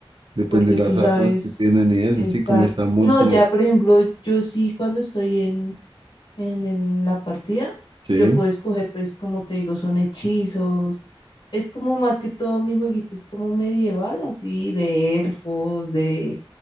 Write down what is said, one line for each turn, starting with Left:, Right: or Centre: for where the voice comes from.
Right: Depende
Left: porque
Right: de
Left: tú
Right: las
Left: sabes
Right: armas que tienen y eso,
Left: esa...
Right: así como están montados.
Left: No, ya por ejemplo, yo sí cuando estoy en, en, en la partida,
Right: Sí.
Left: yo puedo escoger, pues como te digo, son hechizos, es como más que todo mi jueguito es como medieval, así, de elfos, de